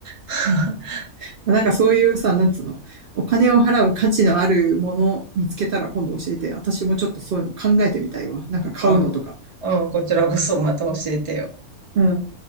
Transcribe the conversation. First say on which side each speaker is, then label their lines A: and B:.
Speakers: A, on the right; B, on the right.
A: <laughs>
B: うんなんかそういうさ、なんつうの、お金を払う価値のあるものを見つけたら今度教えて、私もちょっとそういうの考えてみたいわ。なんか買うのとか。
A: うん、うん、こちらこそまた教えてよ。
B: うん。